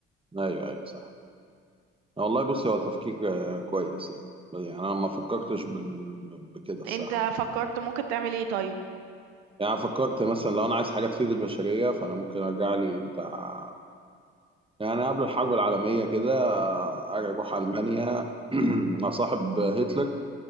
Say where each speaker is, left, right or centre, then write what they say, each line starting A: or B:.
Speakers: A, on the right; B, on the right.
A: ايوه ايوه صح والله بصي هو تفكير آه، كويس يعني بل- يعني انا ما فكرتش بال... بكده الصراحه
B: انت فكرت ممكن تعمل ايه طيب
A: يعني أنا فكرت مثلا لو انا عايز حاجه تفيد البشريه فانا ممكن ارجع لي بتاع يعني قبل الحرب العالميه كده آه، ارجع اروح المانيا <clears throat> اصاحب هتلر